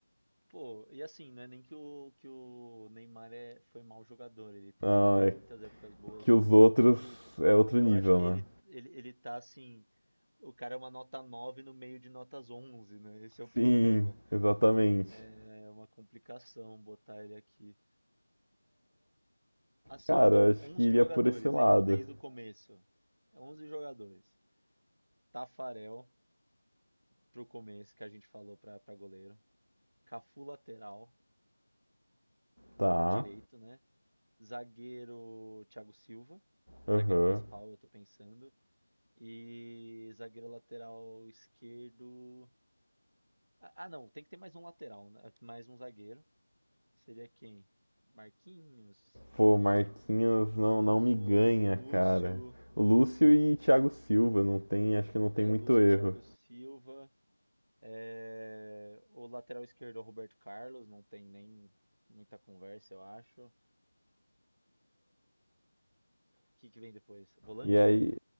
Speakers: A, on the right (about 40°); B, on the right (about 70°).
A: Pô, e assim, não é nem que o, que o Neymar é, foi mau jogador, ele teve
B: Ah,
A: muitas
B: é
A: épocas boas,
B: que
A: jogou
B: os outros
A: muito, só que
B: é outro
A: eu
B: nível,
A: acho que
B: né?
A: ele, ele, ele tá assim, o cara é uma nota 9 no meio de notas 11, né? Esse é o
B: Sim,
A: <laughs> problema.
B: exatamente.
A: É uma complicação botar ele aqui. Assim,
B: Cara,
A: então,
B: acho
A: 11
B: que iria
A: jogadores,
B: por esse lado.
A: indo desde o começo. É 11 jogadores. Tafarel pro começo, que a gente falou pra, pra goleiro. Cafu lateral,
B: Tá,
A: direito, né? Zagueiro Thiago Silva,
B: aham.
A: zagueiro principal, eu tô pensando. E zagueiro lateral esquerdo. Ah, ah, não, tem que ter mais um lateral, né? Mais um zagueiro. Seria quem? Marquinhos,
B: Pô, Marquinhos não, não me
A: o
B: ganha,
A: Lúcio,
B: cara. Lúcio e Thiago Silva, não tem, acho que não tem
A: é,
B: muito
A: Lúcio
B: erro.
A: Thiago Silva, é, o lateral esquerdo é o Roberto Carlos, não tem nem muita conversa, eu acho. O que que vem depois? Volante?
B: E aí,